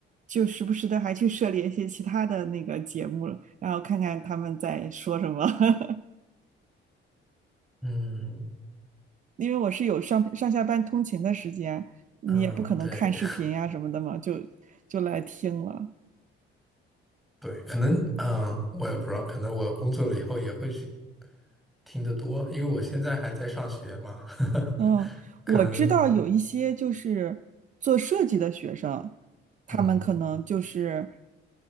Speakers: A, on the right; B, in the centre.
A: 就时不时的还去涉猎一些其他的那个节目了然后看看他们在说什么。<laughs>
B: 嗯
A: 因为我是有上上下班通勤的时间，你也不可能看视频呀、
B: 嗯，对。
A: 什么的嘛，就就来听了。
B: 对，可能啊、呃我也不知道，可能我工作了以后也会去听得多，因为我现在还在上学嘛，
A: 嗯，
B: <laughs> 可能
A: 我知道有一些就是做设计的学生，他们可能就是，
B: 嗯，